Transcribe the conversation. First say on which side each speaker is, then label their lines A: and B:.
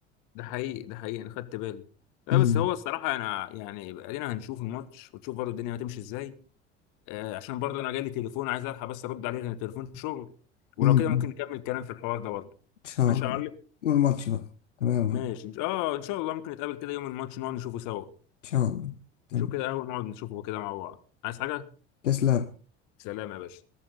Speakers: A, on the left (about 60°); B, on the left (about 85°).
A: ده حقيقي ده حقيقي أنا خدت بالي لا
B: أمم.
A: بس هو الصراحة أنا يعني أدينا هنشوف الماتش وتشوف برضه الدنيا هتمشي إزاي آه، عشان برضه انا جالي تليفون عايز الحق بس ارد عليه لان تليفون شغل ولو
B: أمم.
A: كده ممكن نكمل كلام في الحوار ده برضه
B: إن شاء
A: ماشي
B: الله
A: يا معلم
B: والماتش بقى تمام
A: ماشي
B: إن
A: إن- اه ان شاء الله ممكن نتقابل كده يوم الماتش نقعد نشوفه سوا
B: شاء الله تمام
A: نشوف كده قهوة نقعد نشوفه كده مع بعض عايز حاجة
B: تسلم
A: سلام يا باشا